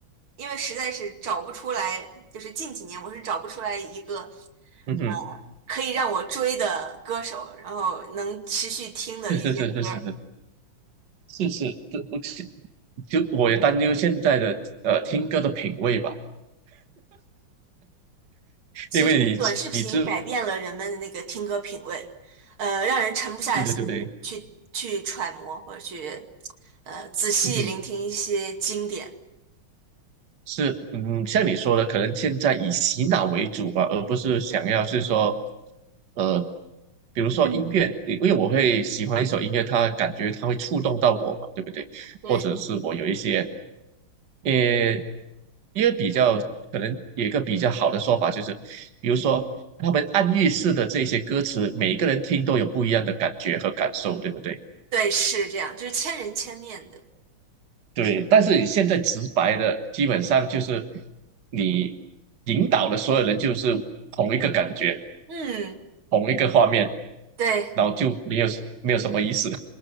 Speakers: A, on the right; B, on the right.
A: 因为实在是找不出来，就是近几年我是找不出来一个呃可以让我追的歌手，
B: 嗯哼，
A: 然后能持续听的一些歌儿。
B: 是是是是是。是是，这不是，就我也担忧现在的呃听歌的品味吧，
A: 其实这个短视频改变了人们的那个听歌品味，
B: 因为你知你这
A: 呃，让人沉不下心去去揣摩或者去
B: 对对对对，
A: 呃仔细聆听一些经典。
B: 嗯是，嗯，像你说的，可能现在以洗脑为主吧，而不是想要是说，呃，比如说音乐，
A: 嗯，
B: 因为我会喜欢一首音乐，它感觉它会触动到我嘛，对不对？
A: 对
B: 或者是我有一些，呃，因为比较可能有一个比较好的说法，就是比如说他们暗喻式的这些歌词，每一个人听都有不一样的感觉和感受，对不对？
A: 对，是这样，就是千人千面的。
B: 对，但是你现在直白的，基本上就是你引导的所有人就是同一个感觉，
A: 嗯。
B: 同一个画面，
A: 对，
B: 然后就没有什没有什么意思。